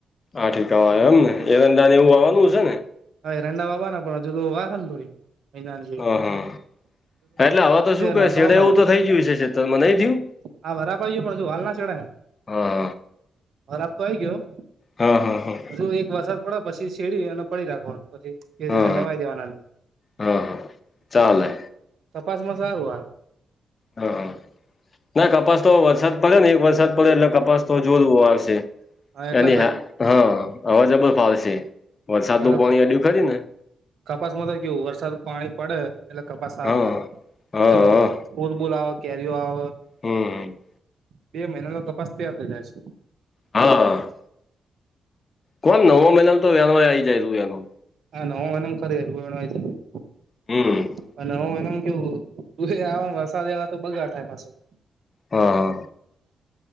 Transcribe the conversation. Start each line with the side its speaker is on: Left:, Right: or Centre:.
Left: આઠકાવા એમ ને <unintelligible> એવું આવાનું હશે ને.
Right: હા રંડા વાવાના પણ હજુ તો વાર હે ને થોડી મહિનાની જે
Left: હા હા એટલે હવે તો શું કે
Right: નોરતા
Left: છેેડે
Right: વાવવાનો
Left: એવું તો થઈ ગયું છેતરમાં નહી થયું.
Right: હા, વરાપ આવી ગયો પણ હજુ વાલ ના ચડાય
Left: હા
Right: વરાપ તો આવી ગયો.
Left: હા હા હા
Right: હજુ એક વરસાદ પડે પછી છેડી અને પડી રાખવાનું પછી કે રેને
Left: હા
Right: નવાઈ દેવાના
Left: હા હા ચાલે
Right: કપાસમાં સારું આવે
Left: હા ના કપાસ તો વરસાદ પડે ને એક વરસાદ પડે એટલે કપાસ તો જોર આવશે
Right: હા એટલે
Left: એની
Right: જ
Left: હા હા અવાજબ ફાવશે વરસાદનું
Right: એટલે
Left: પાણી હજું ખરી ને
Right: કપાસમાં તો કેવું વરસાદ પાણી પડે એટલે કપાસ સારો
Left: હા
Right: થાય.
Left: હા હા
Right: ફૂલબૂલ આવે કેરીઓ આવ
Left: હમ.
Right: બે મહિનાનો કપાસ તૈયાર થઈ જાય છે
Left: હા. કોણ નવો મહિના તો વ્યાહ આવી જાયલુ એનું
Right: હા નવમા મહિનામાં ખરી <unintelligible>
Left: હમ.
Right: અ નવમાં મહિનામાં કેવું? તું આ વરસાદ આયવા તો બગાડ થાય પાછું.
Left: હા હા